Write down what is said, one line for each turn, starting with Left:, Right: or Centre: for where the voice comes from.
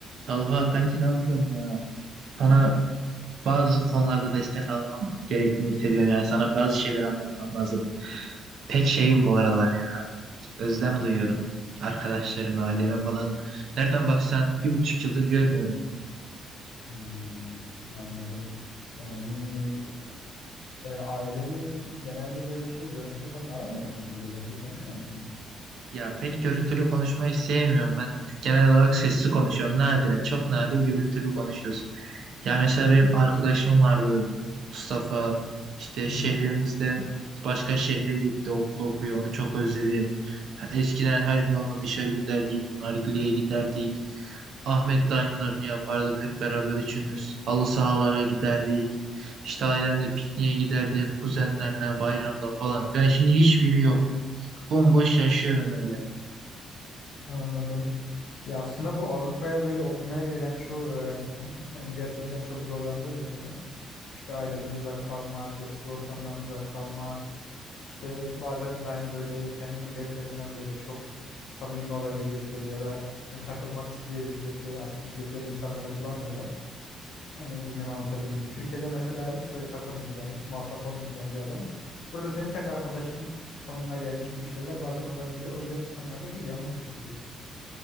Right: Talha kanki ne yapıyorsun ya? Sana bazı konularda destek almam gerektiğini hissediyorum. Yani sana bazı şeyler anlatmam lazım. Pek şeyim bu aralar. ya. Özlem duyuyorum. Arkadaşlarıma, aileme falan. Nereden baksan bir buçuk yıldır görmüyorum.
Left: Hmm, anladım. Yani e, aileni genelde böyle şey görüntülü falan aramıyor musun? Peki görüntülü konuşmuyor musunuz?
Right: Ya pek görüntülü konuşmayı sevmiyorum. Ben genel olarak sesli konuşuyorum. Nadiren, çok nadir görüntülü konuşuyoruz. Ya mesela benim arkadaşım vardı Mustafa. İşte
Left: Hı
Right: şehrimizden
Left: hı,
Right: başka şehre gitti, okul okuyor. Onu çok özledim. Ha, Eskiden her gün onunla dışarı giderdik, nargileye giderdik. Ahmet'le aynılarını yapardık hep beraber üçümüz. Halı sahalara giderdik. İşte ailemle pikniğe giderdim, kuzenlerle bayramda falan. Yani şimdi hiçbiri yok. Bomboş yaşıyorum öyle.
Left: anladım. Ya aslında bu Avrupa'ya böyle okumaya gelen çoğu öğrencinin yani gerçekten çok zorlandığı bir konu. İşte aileden uzak kalmak, eski ortamdan uzak kalmak, işte bazen de hani böyle kendi milletlerinden böyle çok samimi olabilecekleri ya da hani takılmak isteyebilecekleri, as diyecekleri insanları bulamıyorlar. Yani bilmem anlatabildim mi? Türkiye'de mesela hiç böyle takılmayacağın, hiç muhatap olmayacağın bir adam. Burada senin tek arkadaşın konumuna gelmiş gibi şeyler bazen olabiliyor. O yüzden insanlar da çok yalnızlık çekiyor.